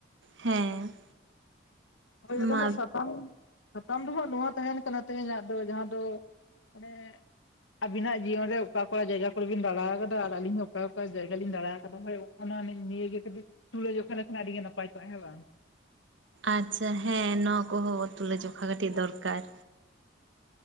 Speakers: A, on the right; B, on the left.
A: ᱦᱮᱸ᱾
B: ᱳᱭ ᱟᱫᱚ
A: ᱢᱟ
B: ᱦᱟᱸ ᱥᱟᱛᱟᱢ ᱥᱟᱛᱟᱢ ᱫᱚᱦᱟᱜ ᱱᱚᱣᱟ ᱛᱟᱦᱮᱱ ᱠᱟᱱᱟ ᱛᱮᱦᱮᱧᱟᱜ ᱫᱚ ᱡᱟᱦᱟᱸ ᱫᱚ ᱚᱱᱮ ᱟᱵᱤᱱᱟᱜ ᱡᱤᱭᱚᱱ ᱨᱮ ᱚᱠᱟ ᱚᱠᱟ ᱡᱟᱭᱜᱟ ᱠᱚᱨᱮᱵᱤᱱ ᱫᱟᱬᱟ ᱟᱠᱟᱫᱟ ᱟᱨ ᱟᱹᱞᱤᱧ ᱦᱚᱸ ᱚᱠᱟ ᱚᱠᱟ ᱡᱟᱭᱜᱟ ᱞᱤᱧ ᱫᱟᱬᱟ ᱟᱠᱟᱫᱟ ᱚᱱᱟ ᱱᱤᱭᱟᱹᱜᱮ ᱠᱟᱹᱴᱤᱡ ᱛᱩᱞᱟᱹ ᱡᱚᱠᱷᱷᱟ ᱞᱮᱠᱷᱟᱱ ᱟᱹᱰᱤ ᱱᱟᱯᱟᱭ ᱠᱚᱜᱼᱟ ᱦᱮᱸ ᱵᱟᱝ ᱾
A: ᱟᱪᱪᱷᱟ ᱦᱮᱸ ᱱᱚᱣᱟ ᱠᱚᱦᱚᱸ ᱛᱩᱞᱟᱹᱡᱚᱠᱷᱟ ᱠᱟᱹᱴᱤᱡ ᱫᱚᱨᱠᱟᱨ᱾